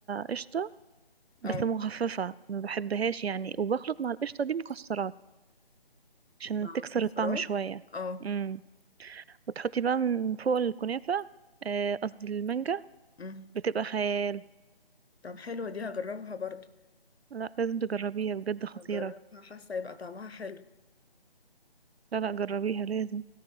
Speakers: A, on the right; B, on the left.
A: قشطة بس
B: اه
A: مخففة ما بحبهاش يعني وبخلط مع القشطة دي مكسرات عشان
B: مع
A: تكسر
B: مكسرات
A: الطعم شوية
B: اه
A: امم وتحطي بقى من فوق الكنافة آه، قصدي المانجا
B: أمم.
A: بتبقى خيال
B: طب حلوه دي هجربها برضو
A: لا لازم تجربيها بجد خطيرة
B: هجربها حاسه هيبقى طعمها حلو
A: لا لا جربيها لازم